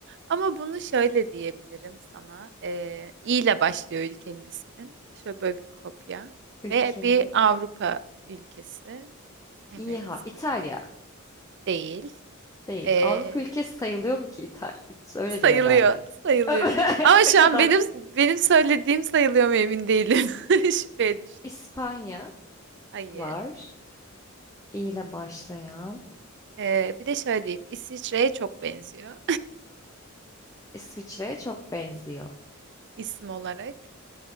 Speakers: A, on the right (about 55°); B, on the left (about 15°).
A: Ama bunu şöyle diyebilirim sana. Ee, İ ile başlıyor ülkenin ismi. Şöyle böyle bir kopya.
B: <laughs> Ülkenin
A: Ve bir Avrupa ülkesi. Evet.
B: iyi ha İtalya
A: Değil.
B: değil.
A: Ee,
B: Avrupa ülkesi sayılıyor mu ki İtalya? Öyledir
A: sayılıyor.
B: herhalde.
A: Sayılıyor.
B: <laughs>
A: Ama şu
B: Ne kadar
A: an benim benim söylediğim sayılıyor mu emin değilim. <laughs> Şüpheye düştüm.
B: İspanya
A: Hayır.
B: var. İ ile başlayan
A: Ee, bir de şöyle diyeyim. İsviçre'ye çok benziyor.
B: İsviçre'ye çok benziyor.
A: <laughs> isim olarak.